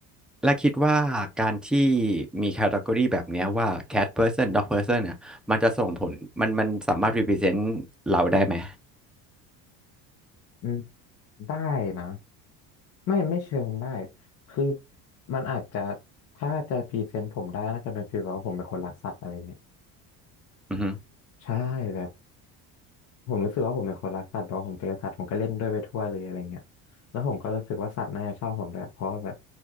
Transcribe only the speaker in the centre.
และคิดว่าการที่มีแคตตากรีแบบเนี้ยว่า cat person dog person เนี่ยมันจะส่งผลมันมันสามารถ represent เราได้ไหม
อือฮึ